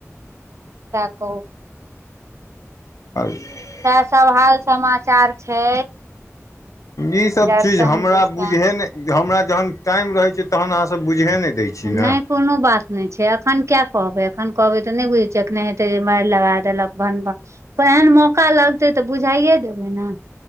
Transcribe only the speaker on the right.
सह कह
सएह सब हाल समाचार छै
चारि
साँझ
दिसका
नहि
कोनो बात नहि छै अखन किया कहबै एखन कहबै तऽ नहि बुझैत छियै रखने हेतै जे मारि लगा देलक एहन मौका लगतै तऽ बुझाइे देबै ने